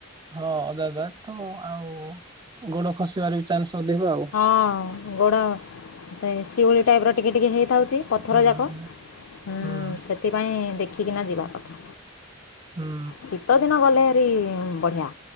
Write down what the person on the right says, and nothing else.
ହଁ ଓଦା ଓଦା ତ ଆଉ ଗୋଡ ଖସିବାର ବି ଚାନ୍ସ ଅଧିକ ଆଉ।
ହୁଁ
ହୁଁ
ହୁଁ
ହୁଁ